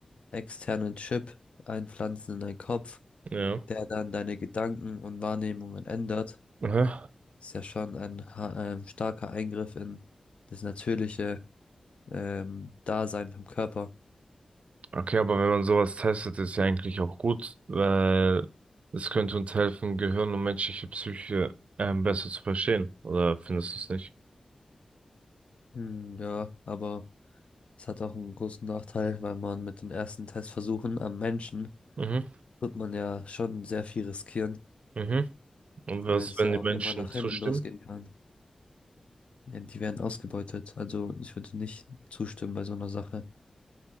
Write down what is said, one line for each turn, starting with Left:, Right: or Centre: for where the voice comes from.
Left: externen Chip einpflanzen in deinen Kopf,
Right: Ja.
Left: der dann deine Gedanken und Wahrnehmungen ändert.
Right: Mhm.
Left: Ist ja schon ein, ha- ähm, starker Eingriff in das natürliche ähm, Dasein vom Körper.
Right: Okay, aber wenn man sowas testet, ist ja eigentlich auch gut, weil es könnte uns helfen, Gehirn und menschliche Psyche ähm, besser zu verstehen. Oder findest du es nicht?
Left: Hm, ja, aber es hat auch einen großen Nachteil, weil man mit den ersten Testversuchen am Menschen
Right: Mhm,
Left: wird man ja schon sehr viel riskieren,
Right: mhm. Und
Left: weil
Right: was,
Left: es
Right: wenn
Left: ja
Right: die
Left: auch
Right: Menschen
Left: immer nach
Right: zustimmen?
Left: hinten losgehen kann. Ja, die werden ausgebeutet. Also ich würde nicht zustimmen bei so einer Sache.